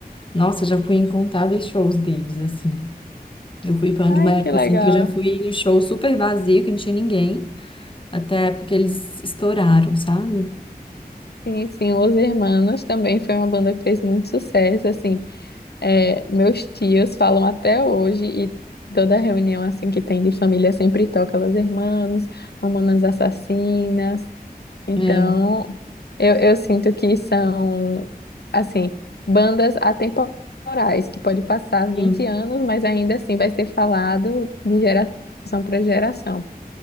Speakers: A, on the left; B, on the left.
A: Nossa, já fui em incontáveis shows deles, assim. Eu fui fã
B: Ai,
A: de uma época,
B: que legal.
A: assim, que eu já fui em show super vazio, que não tinha ninguém, até a época que eles estouraram, sabe?
B: Sim, sim, Los Hermanos também foi uma banda que fez muito sucesso, assim. É, meus tios falam até hoje e toda reunião, assim, que tem de família sempre toca Los Hermanos, Mamonas Assassinas. Então,
A: É,
B: eu, eu sinto que são, assim, bandas atemporais, que pode passar
A: sim.
B: 20 anos, mas ainda assim vai ser falado de geração para geração.